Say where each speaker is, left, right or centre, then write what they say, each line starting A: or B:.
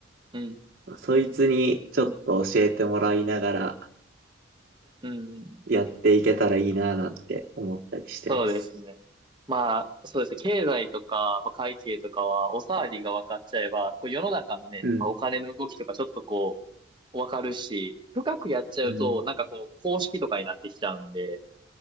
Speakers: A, on the right; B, on the right.
A: うん、
B: そいつにちょっと教えてもらいながら
A: うん。
B: やっていけたらいいな、なんて思ったりしてます。
A: そうですね。まあそうですね。経済とか、まあ、会計とかは、おさわりが分かっちゃえば、こう世の中のね、
B: うん。
A: やっぱお金の動きとかちょっとこう、分かるし、深くやっちゃうと、
B: うん。
A: なんかこう、公式とかになってきちゃうんで、